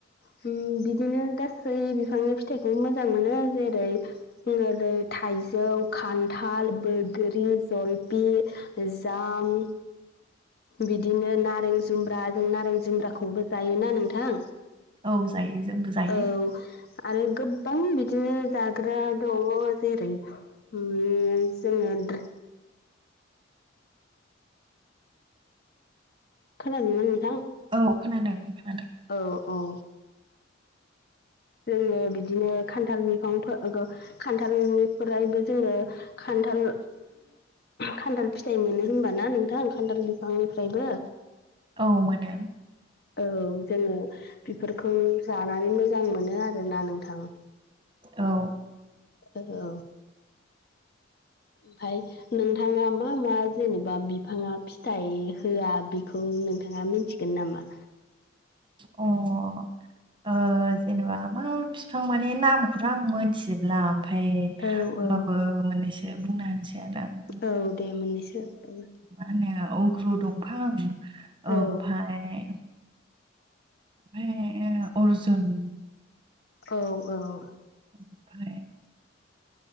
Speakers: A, on the left (about 55°); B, on the right (about 25°).
A: हम बिदिनो गासै बिफांनि फिथाइखौ मोजां मोनो जेरै जेरै थाइजौ खान्थाल बैग्रि जलफि जाम बिदिनो नारें जुम्ब्रा जों नारें जुम्ब्राखौबो जायोना नोंथां
B: औ जायो जोंबो जायो
A: औ आरो गोबां बिदिनो जाग्रा दङ जेरै जोङो खोनादोंना नोंथां?
B: औ खोनादों खोनादों।
A: औ औ जोङो बिदिनो खान्थाल बिफां फो गो खान्थालनिफ्रायबो जोङो खान्थाल खान्थाल फिथाइ मोनो होनबा ना नोंथां खान्थाल बिफांनिफ्रायबो
B: औ मोनो
A: औ जोङो बेफोरखौ जानानै मोजां मोनो आरोना नोंथां।
B: औ
A: औ ओमफाय नोंथाङा बो मा जेनेबा बिफाङा फिथाइ होआ बि। बेखौ नोंथाङा मिथिगोन नामा।
B: अ ओ जेनेबा मा बिफां माने नामखौथ' आं मोनथि जेब्ला ओमफ्राय
A: औ
B: होमबाबो
A: औ
B: मोननैसो बुंना होनसै आरो आं
A: औ दे मोननैसो बाबो
B: मा होनो अग्रु दंफां
A: औ
B: ओमफाय ओमफाय अर्जुन
A: औ औ
B: ओमफाय